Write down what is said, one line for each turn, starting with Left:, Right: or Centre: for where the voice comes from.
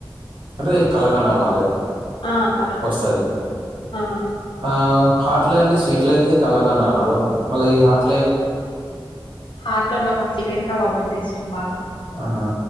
Right: అంటే కలకండ మాదిరి
Left: ఆ! కలాకండ్.
Right: వస్తది
Left: ఆ!
Right: ఆ హార్ట్ లో అండి స్వీట్ లో అయితే కలకండ అన్నారు మళ్ళీ ఈ హార్ట్
Left: హార్ట్లోన మాకు చికెన్ కబాబ్ అంటే ఇష్టం బాగా
Right: ఆహా!